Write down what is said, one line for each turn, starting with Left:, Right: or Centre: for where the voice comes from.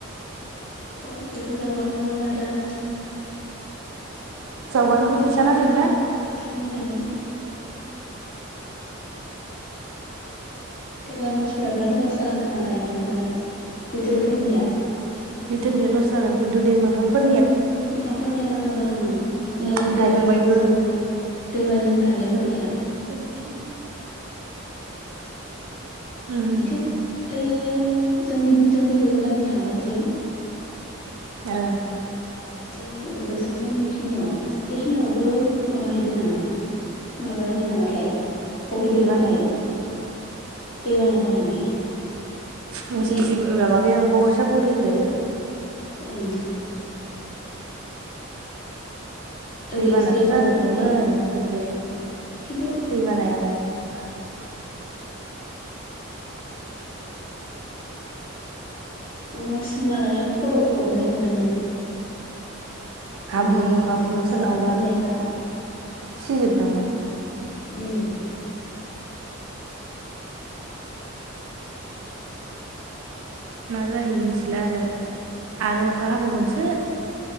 Left: ब बेखौ जावगारनोबो माथो
Right: जावगारनोबो फैसा नांगोन ना
Left: सा नांलायगोन देग्लाय मानसिफोरा बिराद लस जागोन खोमा गायनो फुनो बिथोरफोरनिया
Right: बिथोरनिया लस जागोन खिन्थु दै मोखांफोर
Left: मोखांफोरनिया मोजां जागोन ओं
Right: उम
Left: ए दैमा
Right: गायखांबायबो
Left: जिं जिं दैमा जिं थानायफोरनिया
Right: उम उम
Left: इथिं ओइयो जोंनि जोंनि हजों गामि थांग्राथिं
Right: ओं
Left: ओइ बैसां गामि खिनियाव बेखिनियावबो माबाहैदो नामा माबाहैदों नामाथाय फबहैदों
Right: दैबाना
Left: नामाथाय दैबाना जानानै
Right: नोंसोरनिखै
Left: माने
Right: ओ माबाखै ओं बगर सापरिखै
Left: ओं
Right: औ
Left: ओरै
Right: दैबानाथ'
Left: एसे
Right: जाजोबदोंमोन
Left: माबाखिनिखै
Right: इफोरखै
Left: खिन्थु
Right: दै बानायालाय हा <unintelligible>
Left: न'सिम मालाय फलब फबनाय नुदोंमोन
Right: हाब्रु
Left: माइ
Right: हाब्रु सोरनावबा
Left: सारना दोननायफ्रा
Right: सिजोबदोंमोन
Left: उम
Right: मा जायो मिथिला आरो आरो अखा हाबावगोनसो